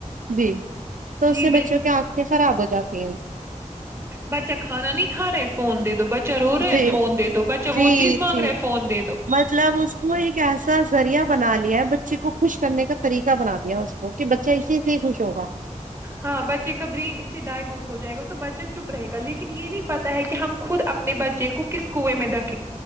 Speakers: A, on the right; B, on the right.
A: جی تو اس
B: جی
A: سے بچوں کی آنکھیں خراب ہوتی جاتی ہیں
B: بچا کھانا نہیں کا رہے فون د دو ب چرو رہے
A: جی
B: فون د دو بچے
A: جی
B: وہ چیز مانگ
A: جی
B: رہے فون دے دو
A: مطلب اس کا ذریعہ بنا لیا ہے بچے کو خوش کرنے کا طریقہ بنا دیا اس کو کہ بچہ اسی سے ہی خوش ہوگا
B: ہاں بچے کا برین اس سے ڈائیورٹ ہو جائے گا تو بچہ چپ رہے گا لیکن یہ نہیں پتا ہے کہ ہم خود اپنے بچے کو کس کنویں میں دکھ